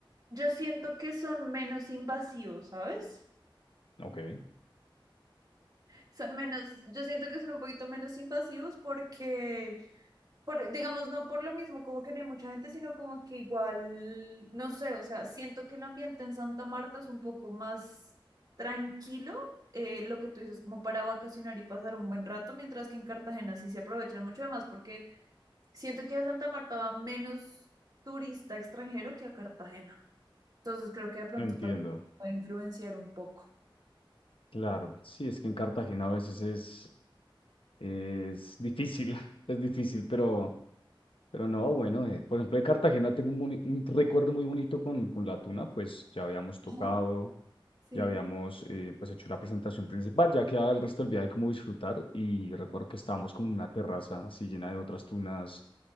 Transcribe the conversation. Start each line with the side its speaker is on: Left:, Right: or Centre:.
Right: Yo siento que son menos invasivos, ¿sabes?
Left: Ok,
Right: Son menos, yo siento que son un poquito menos invasivos porque por- digamos, no por lo mismo, como que no hay mucha gente, sino como que igual, no sé, o sea, siento que el ambiente en Santa Marta es un poco más tranquilo, eh, lo que tú dices, como para vacacionar y pasar un buen rato, mientras que en Cartagena sí se aprovechan mucho más, porque siento que a Santa Marta va menos turista extranjero que a Cartagena. Entonces creo que de pronto
Left: entiendo.
Right: también puede influenciar un poco.
Left: Claro, sí, es que en Cartagena a veces es, es difícil, <laughs> es difícil, pero, pero no, bueno, eh, por ejemplo, de Cartagena tengo un, boni- un recuerdo muy bonito con, con la tuna, pues ya habíamos tocado,
Right: Ajá. Sí,
Left: Ya habíamos eh, pues hecho la presentación principal, ya quedaba el resto del viaje como disfrutar y recuerdo que estábamos como en una terraza así llena de otras tunas,